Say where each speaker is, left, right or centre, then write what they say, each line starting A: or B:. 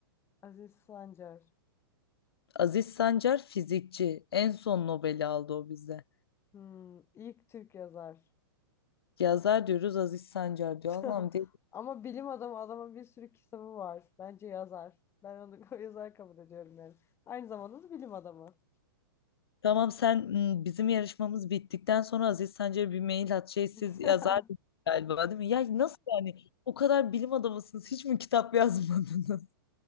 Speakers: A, on the left; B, on the left.
A: Aziz Sancar.
B: Aziz Sancar fizikçi. En son Nobel'i aldı o bize.
A: Hmm, ilk Türk yazar.
B: Yazar diyoruz Aziz Sancar
A: <laughs>
B: diyor. Allah'ım değil.
A: Ama bilim adamı adamın bir sürü kitabı var. Bence yazar. Ben onu <laughs> yazar kabul ediyorum yani. Aynı zamanda da bilim adamı.
B: Tamam sen m, bizim yarışmamız bittikten sonra Aziz Sancar'a bir mail at. Şey siz
A: <laughs>
B: yazar galiba değil mi? Ya nasıl yani? O kadar bilim adamısınız. Hiç mi kitap yazmadınız?